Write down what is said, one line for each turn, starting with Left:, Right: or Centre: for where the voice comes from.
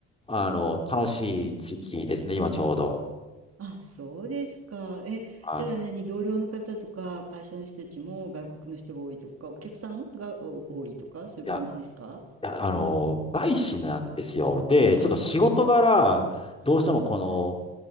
Left: あの、楽しい時期ですね、今ちょうど。
Right: あ、そうですか。え、
Left: はい。
Right: じゃあ何、同僚の方とか、会社の人たちも外国の人が多いとか、お客さんがお多いとか、そういう感じですか
Left: いやや、あの、外資なんですよ。で、
Right: あ、
Left: ちょっと仕事柄、どうしてもこの、
Right: はいはい。